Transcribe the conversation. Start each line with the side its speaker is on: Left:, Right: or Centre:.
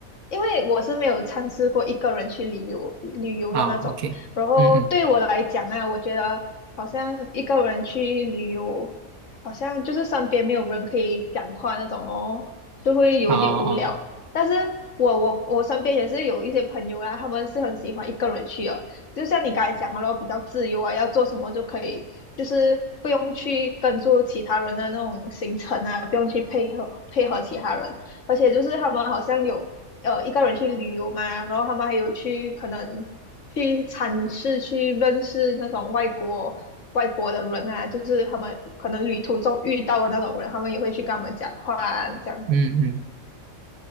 Left: 因为我是没有尝试过一个人去旅游旅游的那种，
Right: 啊，OK，
Left: 然后对我来讲啊，
Right: 嗯嗯，
Left: 我觉得好像一个人去旅游，好像就是身边没有人可以讲话那种哦，就会有一点无聊。
Right: 哦哦，
Left: 但是我我我身边也是有一些朋友啦，他们是很喜欢一个人去的，就像你刚才讲的咯，比较自由啊，要做什么就可以，就是不用去跟住其他人的那种行程啊，不用去配合配合其他人。而且就是他们好像有呃一个人去旅游嘛，然后他们还有去可能去尝试去认识那种外国外国的人啊，就是他们可能旅途中遇到的那种人，他们也会去跟他们讲话啊这样子。
Right: 嗯嗯，